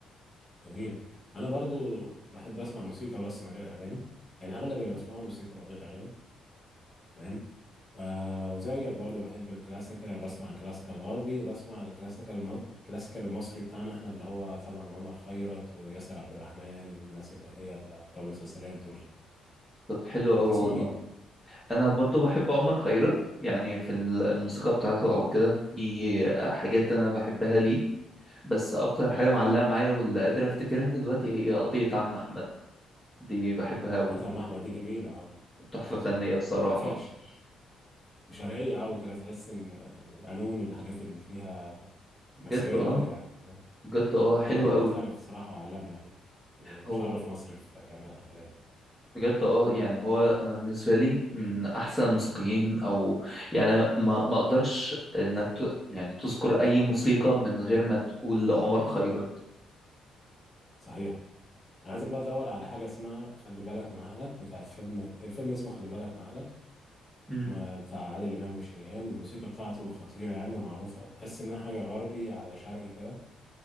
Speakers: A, on the left (about 25°); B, in the centre.
A: جميل انا برضو بحب اسمع موسيقى بس من غير اغاني يعني اغلب اللي بسمعه موسيقى من غير اغاني تمام آه وزيك برضو بحب الكلاسيكال يعني بسمع الكلاسيكال الغربي وبسمع الكلاسيكال الم... الكلاسيكال المصري بتاعنا احنا اللي هو طبعا عمر خيرت وياسر عبد الرحمن الناس اللي هي اللي بتوع المسلسلات دول
B: طب حلو
A: انت
B: قوي
A: بتسمع
B: والله
A: مين؟
B: انا برضو بحب عمر خيرت يعني في ال- الموسيقى بتاعته او كده في حاجات انا بحبها ليه بس اكتر حاجة معلقة معايا واللي قادر افتكرها دلوقتي هي قضية عم احمد دي بحبها قوي
A: قضيت عم احمد دي جميلة اه
B: تحفة
A: عارفها
B: فنية بصراحة
A: آه، فيها ش- وشرقية أوي كده تحس إن القانون والحاجات اللي فيها
B: بجد
A: مصرية
B: اه
A: أوي يعني تمام
B: بجد اه حلوة
A: هو راجل
B: قوي
A: محترف صراحة وعالمي يعني يعني
B: هو
A: مشرف مصر في جميع الحفلات
B: بجد اه يعني هو انا بالنسبة لي من احسن الموسيقيين او يعني ما ما اقدرش انك ت... يعني تذكر اي موسيقى من غير ما تقول عمر خيرت
A: صحيح أنا عايزك بقى تدور على حاجة اسمها خلي بالك من عقلك بتاعت فيلم الفيلم اسمه خلي بالك من عقلك
B: مم.
A: ما- بتاع عادل إمام وشريهان الموسيقى بتاعته خطيرة يعني ومعروفة تحس إنها حاجة غربي على شرقي كده